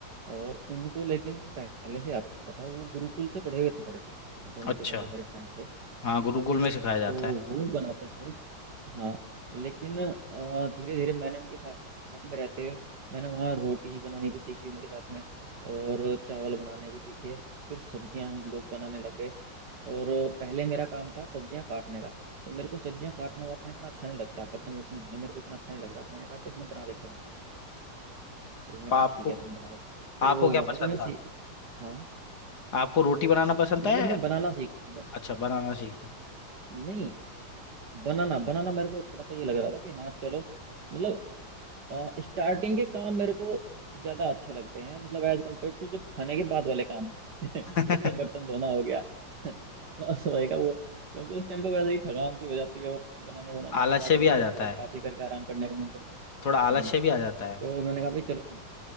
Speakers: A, on the right; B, on the left.
A: और उनको लेकिन पहले से आता था वो गुरुकुल से पढ़े हुए थे लड़के दोनों
B: अच्छा
A: तीनों जो मेरे फ्रेंड थे
B: हाँ गुरुकुल में सिखाया जाता
A: तो
B: है
A: वो बनाते थे हाँ लेकिन धीरे धीरे मैंने उनके साथ साथ में रहते हुए मैंने वहाँ रोटी बनानी भी सीख ली उनके साथ में और चावल बनाने भी सीखे फिर सब्जियां हम लोग बनाने लग गए और पहले मेरा काम था सब्जियां काटने का तो मेरे को सब्जियां काटना वाटना इतना अच्छा नहीं लगता बर्तन वर्तन धोने मेरे को इतना अच्छा नहीं लगता मैंने कहा चल मैं बना लेता हूँ तो उसने
B: तो
A: कहा
B: आपको
A: ठीक है तुम बनाओ तो
B: आपको क्या
A: वहां
B: पसंद
A: से मैं
B: था
A: सीख हाँ
B: आपको रोटी बनाना पसंद
A: मतलब
B: है
A: मैं बनाना सीख ब-
B: अच्छा बनाना सीख
A: नहीं बनाना बनाना मेरे को थोड़ा सा ये लग रहा था कि हाँ चलो मतलब स्टार्टिंग के काम मेरे को ज्यादा अच्छे लगते हैं मतलब एज कम्पेयर टू जो खाने के बाद वाले काम है
B: <laughs>
A: <laughs> जैसे बर्तन धोना हो गया <laughs> साफ सफाई का वो क्योंकि उस टाइम पे वैसे ही थकान सी हो जाती है और बनाने बनाने
B: आलस
A: के बाद
B: से
A: में
B: भी आ
A: मतलब
B: जाता
A: थोड़ा
B: है
A: खा पी करके आराम करने का मन करता है
B: थोड़ा आलस
A: हम्म,
B: से भी आ जाता
A: तो
B: है
A: मैंने कहा भाई चलो